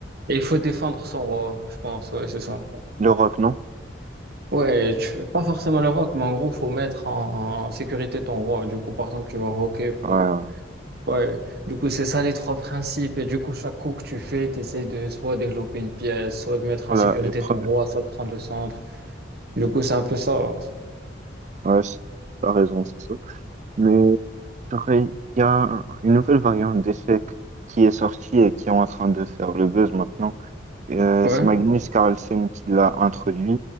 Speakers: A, on the right (about 55°); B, on the right (about 40°).
A: Et il faut défendre son roi, je pense. Ouais, c'est ça.
B: le rock, non?
A: Ouais, tu fais pas forcément le rock, mais en gros, faut mettre en, en sécurité ton roi. Du coup, par exemple, tu vas roquer pour
B: Ouais, ouais.
A: Ouais, du coup, c'est ça les trois principes. Et du coup, chaque coup que tu fais, tu essaies de soit développer une pièce, soit de mettre
B: voilà,
A: en sécurité
B: et preuve.
A: ton roi, soit de prendre le centre. Du coup, c'est un peu ça.
B: Ouais, c'est- t'as raison, c'est ça. Mais j'aurais- il y a une nouvelle variante d'échec qui est sortie et qui est en train de faire le buzz maintenant. euh,
A: Ouais,
B: c'est Magnus Carlsen qui l'a introduit.